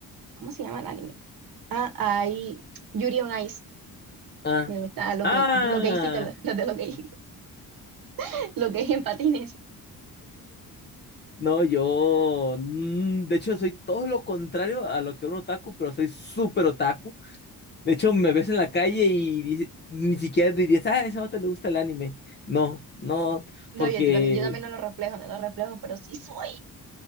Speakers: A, on the right; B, on the left.
A: ¿Cómo se llama el anime? Ah, hay Yuri on Ice.
B: Ah,
A: Me gusta lo
B: ah,
A: gay, lo gaycito, lo, lo de lo gay, <laughs> lo gay en patines.
B: no, yo, mm, de hecho, soy todo lo contrario a lo que un otaku, pero soy súper otaku. De hecho, me ves en la calle y dice- ni siquiera dirías, ah, a ese vato le gusta el anime. No, no,
A: No,
B: porque
A: yo, yo también, yo también no lo reflejo, no lo reflejo, pero sí soy